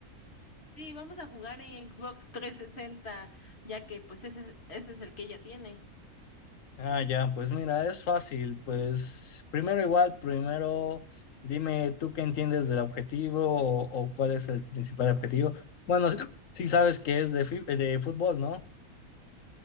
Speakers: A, on the left; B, on the left.
A: Sí, vamos a jugar en Xbox 360, ya que pues ese, ese es el que ella tiene.
B: Ah, ya, pues mira, es fácil. Pues primero igual, primero dime tú qué entiendes del objetivo o, o cuál es el principal objetivo. Bueno, sí, sí sabes que es de, fi- de fútbol, ¿no?